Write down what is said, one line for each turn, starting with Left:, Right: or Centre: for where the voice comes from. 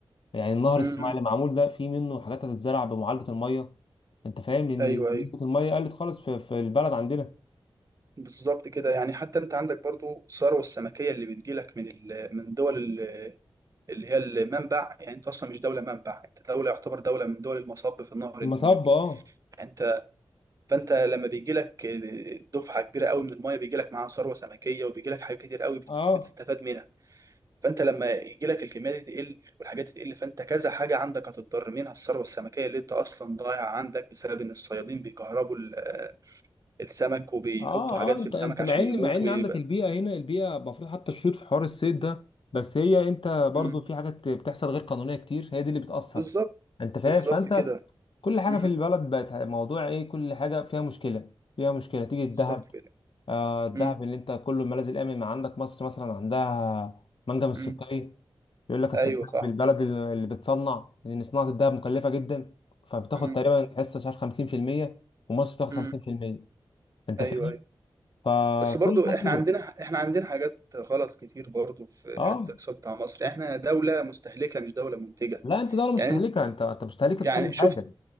Left: يعني النهر
Right: امم
Left: الصناعي اللي معمول ده فيه منه حاجات هتتزرع بمعالجه الميه انت فاهم لان
Right: ايوه
Left: نسبه
Right: ايوه
Left: الميه قلت خالص في, في البلد عندنا
Right: بالظبط كده يعني حتى انت عندك برضو الثروه السمكيه اللي بتجيلك من ال... من دول ال... اللي هي المنبع يعني انت اصلا مش دوله منبع انت دوله يعتبر دوله من دول المصب في نهر
Left: المصب
Right: النيل
Left: اه
Right: يعني انت فانت لما بيجي لك دفعه كبيره قوي من المايه بيجي لك معاها ثروه سمكيه وبيجي لك حاجات كتير قوي بتت-
Left: اه
Right: بتستفاد منها فانت لما يجي لك الكميه دي تقل والحاجات دي تقل فانت كذا حاجه عندك هتضطر منها الثروه السمكيه اللي انت اصلا ضايعه عندك بسبب ان الصيادين بيكهربوا ال- السمك وبيحطوا
Left: اه
Right: حاجات
Left: اه انت
Right: في السمك
Left: انت
Right: عشان
Left: مع ان
Right: يموت
Left: مع ان
Right: ويبقى
Left: عندك البيئه هنا البيئه المفروض حتى الشروط في حوار الصيد ده بس هي انت برضو
Right: مم.
Left: في حاجات بتحصل غير قانونيه كتير هي دي اللي بتاثر
Right: بالظبط
Left: انت فاهم
Right: بالظبط
Left: فانت
Right: كده
Left: كل حاجه
Right: مم.
Left: في البلد بقت موضوع ايه كل حاجه فيها مشكله فيها مشكله تيجي الذهب
Right: بالظبط كده
Left: آه الذهب
Right: مم.
Left: اللي انت كله الملاذ الامن ما عندك مصر مثلا عندها منجم السكري
Right: مم.
Left: يقول لك اصل
Right: ايوه
Left: الذهب
Right: صح
Left: البلد اللي اللي بتصنع لان صناعه الذهب مكلفه جدا فبتاخد
Right: مم.
Left: تقريبا حصه مش عارف 50% ومصر بتاخد
Right: مم.
Left: 50% انت
Right: ايوه
Left: فاهم؟
Right: ايوه
Left: فكل
Right: بس برضو
Left: ده
Right: احنا
Left: كده
Right: عندنا احنا عندنا حاجات غلط كتير برضو في
Left: اه
Right: حته الاقتصاد بتاع مصر احنا دوله مستهلكه مش دوله منتجه
Left: لا انت دولة مستهلكة
Right: يعني
Left: انت انت مستهلكة
Right: يعني
Left: في كل
Right: شفت
Left: حاجة